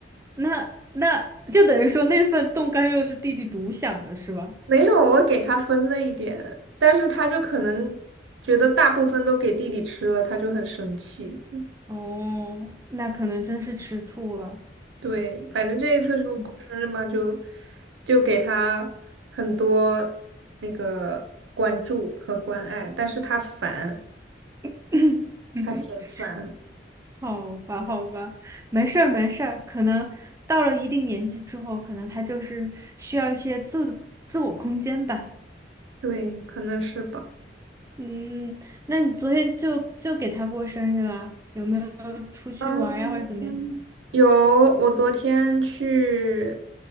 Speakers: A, on the right (about 15°); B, on the right (about 85°).
A: 那那就等于说那份冻干肉是弟弟独享的，是吧？
B: 没有，我给他分了一点，但是他就可能觉得大部分都给弟弟吃了，他就很生气。
A: 哦，那可能真是吃醋了。
B: 对，反正这一次是我过生日嘛，
A: 嗯
B: 就就给他很多那个关注和关爱，但是他烦，
A: <laughs>
B: 他嫌烦，
A: 好吧，好吧，没事儿，没事儿。可能到了一定年纪之后，可能他就是需要一些自自我空间吧。
B: 对，可能是吧。
A: 嗯，那你昨天就就给他过生日啦？有没有出去玩儿呀，
B: 嗯，
A: 或者怎么样？
B: 有，我昨天去，